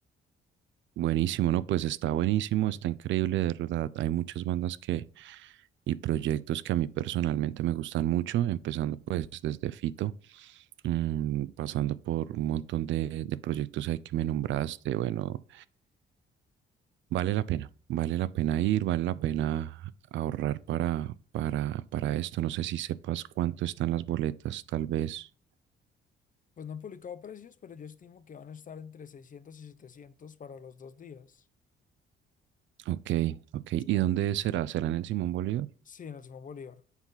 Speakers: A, on the right; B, on the left.
A: Buenísimo, ¿no? Pues está buenísimo, está increíble, de verdad. Hay muchas bandas que y proyectos que a mí personalmente me gustan mucho, empezando pues desde Fito, mm, pasando por un montón de, de proyectos ahí que me nombraste, bueno. Vale la pena, vale la pena ir, vale la pena ahorrar para, para, para esto. No sé si sepas cuánto están las boletas, tal vez.
B: Pues no han publicado precios, pero yo estimo que van a estar entre 600 y 700 para los dos días.
A: Ok, ok. ¿Y
B: Como,
A: dónde será? ¿Será en el Simón Bolívar?
B: sí, en el Simón Bolívar.